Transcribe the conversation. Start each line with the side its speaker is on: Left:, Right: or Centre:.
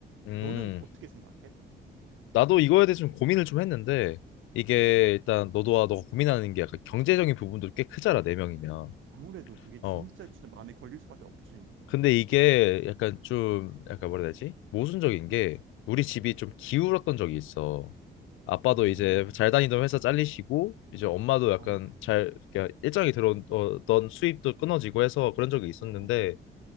Left: 음.
Right: 너는 어떻게 생각해?
Left: 나도 이거에 대해서 좀 고민을 좀 했는데 이게
Right: 음.
Left: 일단 너도와 너가 고민하는 게 약간 경제적인 부분도 꽤 크잖아 네 명이면.
Right: 아무래도 그게 진짜
Left: 어.
Right: 진짜 마음에 걸릴 수밖에 없지.
Left: 근데 이게 약간 좀 약간 뭐라 해야 되지? 모순적인 게 우리 집이 좀 기울었던 적이 있어. 아빠도
Right: 어,
Left: 이제 잘 다니던 회사 잘리시고 이제 엄마도 약간
Right: 아이고.
Left: 잘 그러니까 일정이 들어오던 수입도 끊어지고 해서 그런 적이 있었는데
Right: 어,